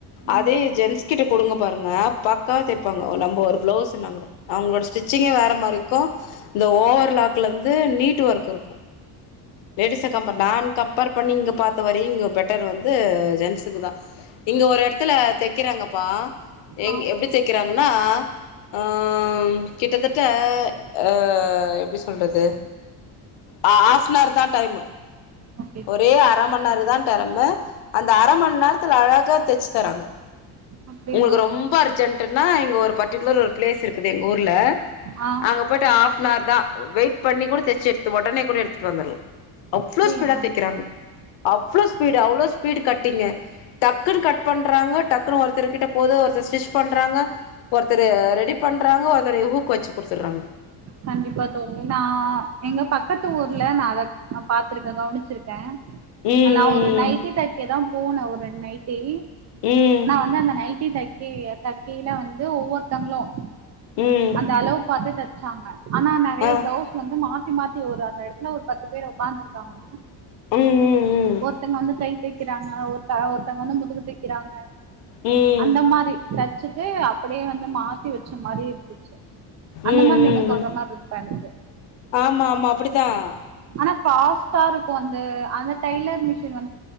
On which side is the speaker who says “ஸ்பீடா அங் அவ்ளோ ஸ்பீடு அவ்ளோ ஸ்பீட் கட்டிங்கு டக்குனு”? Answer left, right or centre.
Left